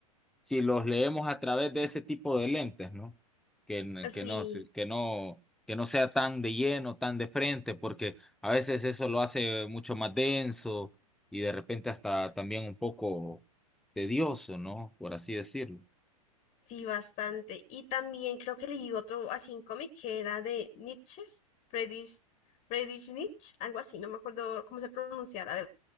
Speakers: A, in the centre; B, on the left.
A: si los leemos a través de ese tipo de lentes, ¿no? Que, n-
B: Así.
A: que no, se- que no, que no sea tan de lleno, tan de frente, porque a veces eso lo hace mucho más denso y de repente hasta también un poco tedioso, ¿no? Por así decirlo.
B: Sí, bastante. Y también creo que leí otro así en cómic que era de Nietzsche, Friedrich, Friedrich Nietzsche, algo así, no me acuerdo cómo se pronuncia, la verdad,